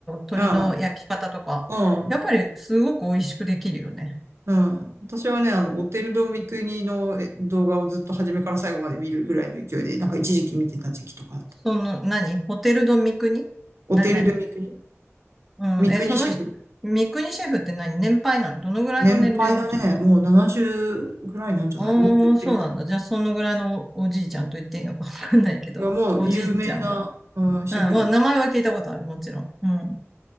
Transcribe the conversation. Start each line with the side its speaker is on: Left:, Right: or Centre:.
Centre: 鶏の焼き方とか、
Right: ああ、
Centre: やっぱりすごく美味しくできるよね。
Right: うん、うん。私はね、あの、オテル・ド・ミクニのえ動画をずっと初めから最後まで見るぐらいの勢いで、なんか一時期見てた時期とかあった。
Centre: その、何ホテルド三国な、
Right: オテル・
Centre: 何
Right: ド・ミクニ
Centre: うん、
Right: ミクニシェフ。
Centre: え、その人、三国シェフって何年配なのどのぐらいの年齢のちゃんあ
Right: 年配だね。もう70ぐらいなんじゃないもっといってるか
Centre: あー、そうなんだ。じゃあ、そのぐらいのおおじいちゃんと言っていいのかわかんないけど、
Right: な。もう有名な、
Centre: おじいちゃんが。うん、
Right: うん、シェフで。
Centre: まあ名前は聞いたことある、もちろん。うん。